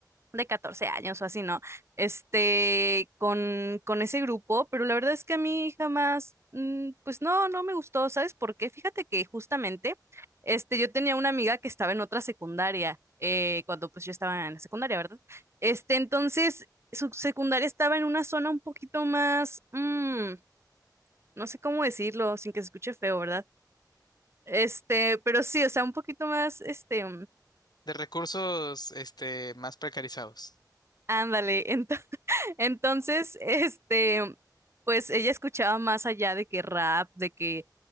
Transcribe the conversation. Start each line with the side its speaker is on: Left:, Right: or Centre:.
Right: de 14 años o así, ¿no? Este, con, con ese grupo, pero la verdad es que a mí jamás, mm, pues no, no me gustó, ¿sabes por qué? Fíjate que justamente, este, yo tenía una amiga que estaba en otra secundaria, eh, cuando pues yo estaba en la secundaria, ¿verdad? Este, entonces, su secundaria estaba en una zona un poquito más, mm, no sé cómo decirlo, sin que se escuche feo, ¿verdad? Este, pero sí, o sea, un poquito más, este,
Left: De recursos, este, más precarizados.
Right: Ándale, ento- <laughs> entonces, este, pues ella escuchaba más allá de que rap, de que,